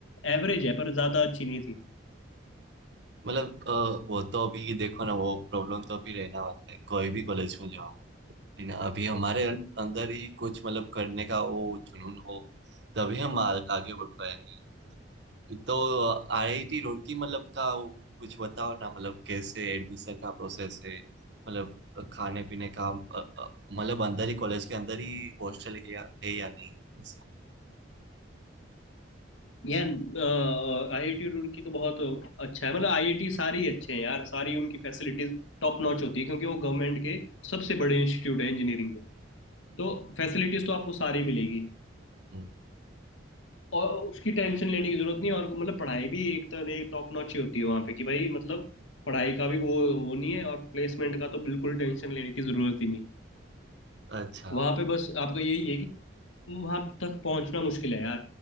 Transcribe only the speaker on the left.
एवरेज है पर ज़्यादा अच्छी नहीं थी
यार आईआईटी रुड़की तो बहुत अच्छा है मतलब आईआईटी सारी ही अच्छे हैं यार सारी उनकी फैसिलिटीज टॉप नॉच होती है क्योंकि वो गवर्नमेंट के सबसे बड़े इंस्टीट्यूट है इंजीनियरिंग के तो फैसिलिटीज तो आपको सारी मिलेगी
और उसकी टेंशन लेने की जरूरत नहीं है और मतलब पढ़ाई भी एक तरह टॉप नॉच ही होती है वहाँ पे कि भाई मतलब पढ़ाई का भी वो वो नहीं है और प्लेसमेंट का तो बिल्कुल टेंशन लेने की जरूरत ही नहीं है
वहां पे बस आपका यही है कि वहां तक पहुंचना मुश्किल है यार